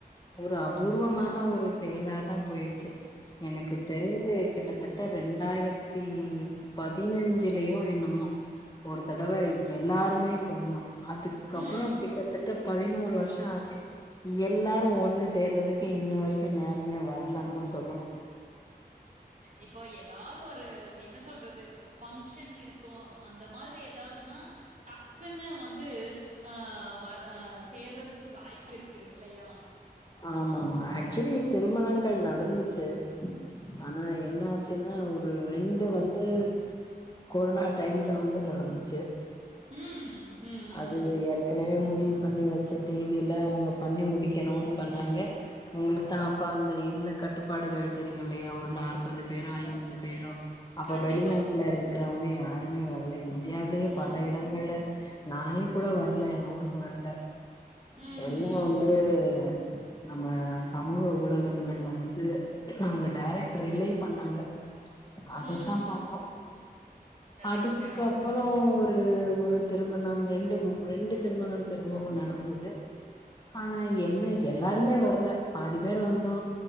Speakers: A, on the left; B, on the right.
A: ஒரு அபூர்வமான ஒரு செயலாதான் போயிருச்சு எனக்கு தெரிஞ்சு கிட்டத்தட்ட ரெண்டாயிரத்தி பதினைஞ்சலயோ என்னமோ ஒரு தடவ எல்லாருமே செய்நோ அதுக்கப்புற
B: ம்.
A: கிட்டத்தட்ட பதினோரு வர்ஷோ ஆச்சு எல்லாரும் ஒன்னு சேர்றதுக்கு இன்ன வரைக்கும் நேரமே வர்லன்னு தா சொல்லனு
B: இப்போ எதாவது ஒரு என்ன சொல்றது பங்க்ஷன் இருக்கு அந்த மாதிரி எதாதுனா டக்குன்னு வந்து ஆ வா சேர்றதுக்கு வாய்ப்பு இருக்கு இல்லையா
A: ஆமா ஆமா ஆக்சுவலி திருமணங்கள் நடந்துச்சு ஆனா என்ன ஆச்சுனா ஒரு ரெண்டு வந்து கொரனா டைம்ல வந்து நடந்துச்சு
B: ம். ம். ம், ம்,
A: அது
B: ம்.
A: ஏற்கனவே முடிவு பண்ணி வச்சு தேதியில அவுங்க பண்ணி முடி ம் பண்ணாங்க உங்களுக்கு தா அப்ப அந்த இருந்த கட்டுப்பாடுகள் தெரியு இல்லையா ஒரு நா முப்பது பேரோ ஐம்பது பேரோ அப்ப
B: கண்டிப்பா.
A: வெளிநாட்டுல இருக்கிறவங்க யாருமே வரலை இந்தியாவிலயே
B: ம்.
A: பல இடங்கள்ல இருக் நானே கூட வரல எங்க ஊருக்கு வரல
B: ம்,
A: எல்லா
B: ம்,
A: வந்து த நம்ம சமூக ஊடகங்கள்ல வந்து அவுங்க டேரக்ட் ரிலே பண்ணாங்க அதத்தா
B: ம். ம்.
A: பார்த்தோ
B: கரெக்ட்,
A: அதுக்குப்புறோ
B: கரெக்ட், கரெக்ட்.
A: ஒரு து ஒரு திருமணம் ரெண்டு மூணு ரெண்டு திருமணம் திரும்பவு நடந்தது ஆனா என்ன எல்லாருமே வரல பாதி பேரு வந்தோ